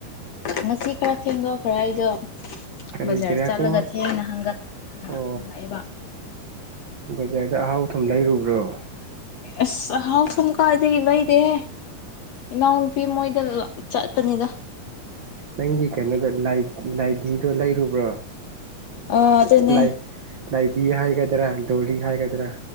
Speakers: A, on the left; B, on the right.
A: ꯉꯁꯤ ꯈꯔ ꯊꯦꯡꯗꯧ ꯈꯔ ꯑꯩꯗꯣ
B: ꯀꯔꯤꯒꯤꯔꯀꯣ
A: ꯕꯖꯥꯔ ꯆꯠꯂꯒ ꯊꯦꯡꯅ ꯍꯪꯉꯛꯑꯦꯕ
B: ꯑꯣ ꯁꯤꯖꯗ ꯑꯍꯥꯎ ꯊꯨꯝ ꯂꯩꯔꯨꯕ꯭ꯔꯣ
A: ꯑꯁ ꯍꯥꯎ ꯁꯝ ꯀꯥꯗ ꯏꯂ ꯏꯗꯍꯦ ꯏꯅꯎ ꯄꯤꯃꯣꯣꯏꯗ ꯆꯠꯄꯅꯤꯗ
B: ꯅꯪꯒꯤ ꯀꯩꯅꯣꯗꯣ ꯂꯥꯏꯙꯤꯗꯣ ꯂꯩꯔꯨꯕ꯭ꯔꯣ
A: ꯑ ꯑꯗꯨꯅꯦ
B: ꯂ ꯂꯥꯏꯗꯤ ꯍꯥꯏꯒꯗ꯭ꯔꯥ ꯗꯣꯂꯤ ꯍꯥꯏꯒꯗ꯭ꯔꯥ